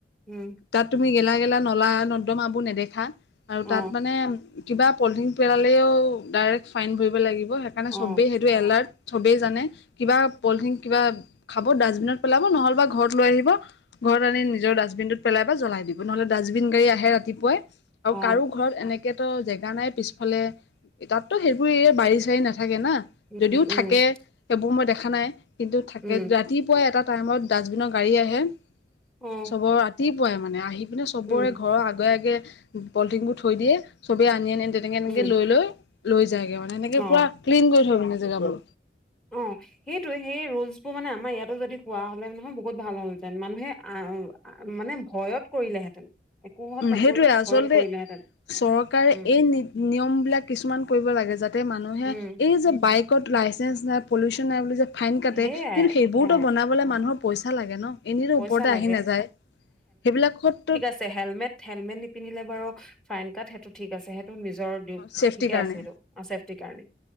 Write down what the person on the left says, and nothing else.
তাত তুমি গেলা- গেলা নলা-নৰ্দমাবোৰ নেদেখা আৰু
তাত মানে কিবা পলথিন পেলালেও ডাইৰেক্ট ফাইন ভৰিব লাগিব সেইকাৰণে
চবেই সেইটো এলাৰ্ট চবেই জানে কিবা পলিথিন কিবা খাব ডাষ্টবিনত পেলাব নহ'লে বা ঘৰত লৈ আহিব গৰত আনি নিজৰ ডাষ্টবিনটোত পেলাই বা জ্বলাই দিব নহলে ডাষ্টবিন গাড়ী আহে ৰাতিপুৱাই আৰু
কাৰো ঘৰত এনেকেতো জেগা নাই পিছফালে তাততো সেইবোৰ এ বাৰী- চাৰী নেথাকে না যদিও
থাকে সেইবোৰ মই দেখা নাই কিন্তু থাকে
ৰাতি পুৱাই এটা টাইমত ডাষ্টবিনৰ গাড়ী আহে
চবৰ ৰাতিপুৱাই মানে আহি পিনে চবৰে
ঘৰৰ আগে- আগে পলিথিনবোৰ থৈ দিয়ে চবে আনি -আনি তেনেকে -তেনেকে
লৈ লৈ লৈ যায়গে মানে এনেকে
পুৰা ক্লিন কৰি থয় মানে জেগাবোৰ।
উম,
সেইটোৱে আচলতে
চৰকাৰে
এই নিয়ম বিলাক কিছুমান কৰিব লাগে যাতে মানুহে
এই যে বাইক ক'ত লাইচেন্ঞ্চ নাই পলিউচন নাই বুলি যে ফাইন কাটে
কিন্তু সেইবোৰতো
বনাবলে মানুহৰ পইচা লাগে ন' এনেতো
ওপৰতে
আহি নাযায় সেইবিলাক <unintelligible>
চেফটিৰ
কাৰণে